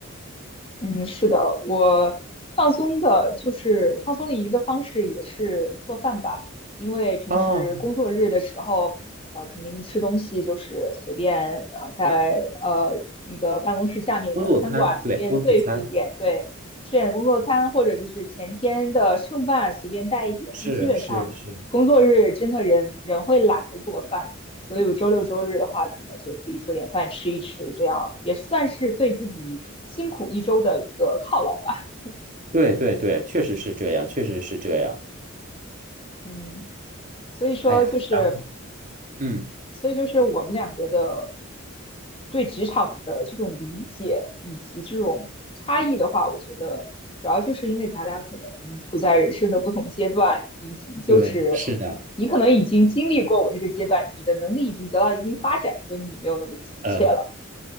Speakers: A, on the left; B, on the right.
A: 嗯，是的，我放松的，就是放松的一个方式也是做饭吧，因为平时工作日的时候，
B: 哦，
A: 呃，肯定吃东西就是随便，呃，在呃那个办公室下面的餐馆随便对付一点，
B: 工作餐，对，工作餐，
A: 对，吃点工作餐或者就是前天的剩饭随便带一点，
B: 是是是，
A: 但基本上工作日真的人人会懒得做饭。所以我周六周日的话，可能就自己做点饭吃一吃，这样也算是对自己辛苦一周的一个犒劳吧。
B: 对对对，确实是这样，确实是这样。
A: 嗯，所以说就是，
B: 哎呀，然后嗯，
A: 所以就是我们两个的对职场的这种理解以及这种差异的话，我觉得主要就是因为咱俩可能处在人生的不同阶段，以及就是
B: 对，是的。
A: 你可能已经经历过我这个阶段，你的能力已经得到一定发展，所以你没有那么急切了。
B: 呃。